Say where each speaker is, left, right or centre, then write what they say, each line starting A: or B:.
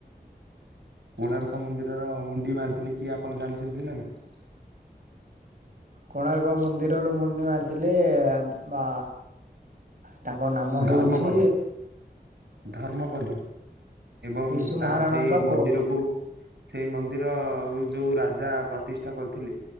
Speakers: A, on the right; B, on the right.
A: କୋଣାର୍କ ମନ୍ଦିରର ମୁଣ୍ଡି ମାରିଥିଲି, କିଏ ଆପ ପଣ ଜାଣିଛନ୍ତି ନା ନାଇଁ?
B: କୋଣାର୍କ ମନ୍ଦିରର ମୁଣ୍ଡି ମାରିଥିଲେ ବା ତାଙ୍କ ନାମ ହେଉଛି
A: ଧର୍ମପଦ। ଧର୍ମପଦ ଏବଂ
B: ବିଶୁ
A: ତା
B: ମହାରାଣାଙ୍କ
A: ସେଇ
B: ପୁଅ।
A: ମନ୍ଦିରକୁ ସେଇ ମନ୍ଦିର ଯଉ ରାଜା ପ୍ରତିଷ୍ଠା କରିଥିଲେ,